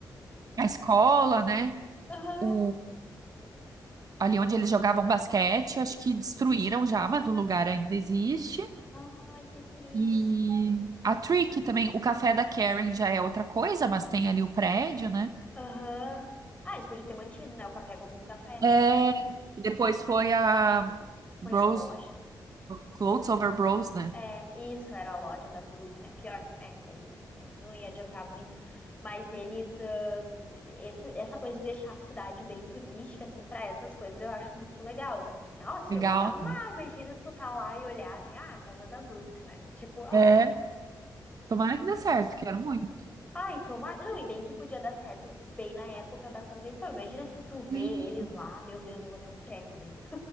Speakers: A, on the right (about 55°); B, on the left (about 15°).
A: a escola, né?
B: Aham.
A: O, ali onde eles jogavam basquete, acho que destruíram já, mas o lugar ainda existe.
B: Ai, que tri.
A: E a Trick também. O café da Karen já é outra coisa, mas tem ali o prédio, né?
B: Aham. Ah, eles podiam ter mantido, né, o café como um café, né?
A: É, e depois foi a
B: Foi
A: Bros,
B: a loja.
A: Clothes Over Bros, né?
B: É, isso era a loja da Brooke, né? Pior, né? Daí também não ia adiantar muito. Mas eles, ah, esse- essa coisa de deixar a cidade bem turística, assim, para essas coisas eu acho muito legal, assim, né? Nossa,
A: Legal.
B: eu ia amar.
A: né?
B: Imagina tu tá lá e olhar assim, ah, a casa da Brooke, né? Tipo, ah,
A: É, tomara que dê certo, quero muito.
B: ai, tomara. Não, e bem que podia dar certo bem na época da convenção. Imagina se tu vê
A: Sim.
B: eles lá, meu Deus, eu vou ter um treco daí.